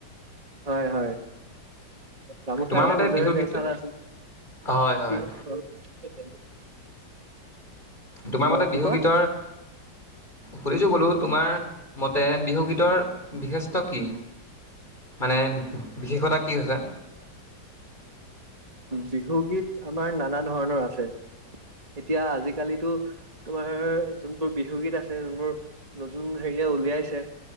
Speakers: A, on the right (about 20°); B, on the left (about 25°).
A: হয় হয়। গামোচাৰ
B: তোমাৰ
A: এটা
B: মতে
A: নিজৰে
B: বিহু
A: পেচান
B: গীত
A: আছে,
B: হয় হয়
A: কি
B: তোমাৰ
A: অ
B: মতে
A: কি
B: বিহু
A: কয়
B: গীতৰ, সুধিছো বোলো তোমাৰ মতে বিহুগীতৰ বিশেষ্ট কি? মানে বিশেষতা কি হৈছে?
A: বিহুগীত আমাৰ নানা ধৰণৰ আছে এতিয়া আজিকালিতো তোমাৰ যোনবোৰ বিহুগীত আছে <unintelligible> উ হেৰিয়ে উলিয়াইছে,